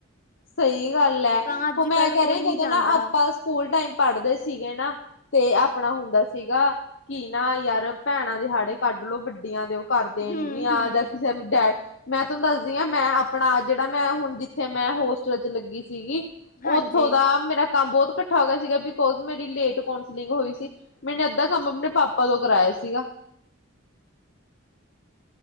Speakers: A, on the left; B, on the left.
A: ਸਈ ਗੱਲ ਐ,
B: ਤਾਂ ਅੱਜ
A: ਓ ਮੈਂ
B: ਕੱਲ
A: ਕੈਅ
B: ਕੋਈ
A: ਰੀ ਆਂ, ਜਦੋਂ
B: ਨਹੀਂ ਜਾਂਦਾ
A: ਨਾ ਆਪਾਂ ਸਕੂਲ ਟਾਈਮ ਪੜ੍ਹਦੇ ਸੀਗੇ ਨਾ ਤੇ ਆਪਣਾ ਹੁੰਦਾ ਸੀਗਾ ਕਿ ਨਾ ਯਾਰ ਭੈਣਾਂ ਦੇ ਹਾੜੇ ਕੱਢ ਲੋ ਵੱਡੀਆਂ ਦੇ ਓ ਕਰ ਦੇਣ
B: ਹੂੰ
A: ਗੀਆਂ
B: ਹੂੰ
A: ਜਾਂ ਕਿਸੇ ਨੂੰ ਡੈਡ ਮੈਂ ਤੁਨੂੰ ਦੱਸਦੀ ਆਂ, ਮੈਂ ਆਪਣਾ ਜੇੜਾ ਮੈਂ ਹੁਣ ਜਿੱਥੇ ਮੈਂ ਹੋਸਟਲ ਚ ਲੱਗੀ ਸੀਗੀ
B: ਹਾਂਜੀ
A: ਉੱਥੋਂ ਦਾ ਮੇਰਾ ਕੰਮ ਬੋਤ ਘਟ ਕੱਠਾ ਹੋ ਗਿਆ ਸੀਗਾ ਬਿਕੋਜ ਮੇਰੀ ਲੇਟ ਕੌਂਸਲਿੰਗ ਹੋਈ ਸੀ। ਮੈਂਨੇ ਅੱਧਾ ਕੰਮ ਆਪਣੇ ਪਾਪਾ ਤੋਂ ਕਰਾਇਆ ਸੀਗਾ।